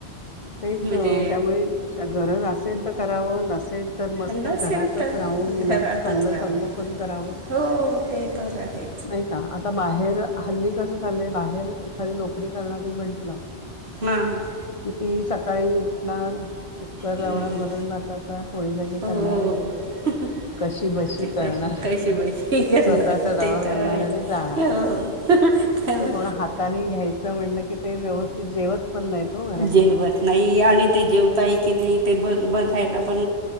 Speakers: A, on the left; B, on the right.
A: तेच
B: म्हणजे
A: त्यामुळे अशा गरज असेल तर करावं नसेल तर मस्त
B: नसेल
A: घरातच
B: तर
A: राहून
B: घरातच
A: मुलांचं चांगलं
B: राहावं
A: संगोपन करावं.
B: हो ते तर आहे.
A: नही का, आता बाहेर हल्ली कस चालंय, बाहेर एखादी नोकरी करणारी म्हंटलं
B: हां हां.
A: कि ती, सकाळी उठणार, कुकर
B: हां
A: लावणार, वरण भाताचा, पोळी भाजी
B: हो
A: करणार. कशी-बशी
B: ते
A: करणार
B: तर
A: आणि
B: कशी बशी करणार
A: स्वतःचा डबा
B: ते तर
A: भरणार
B: आहेच
A: आणि जाणार.
B: हो तर
A: ते कोणा हातानी घ्यायचं म्हणलं, कि ते व्यवस्थित जेवत, पण नाहीत, हो घरात
B: जेवत नाही आणि ते जेवताय की नही, ते बग-बघायला पण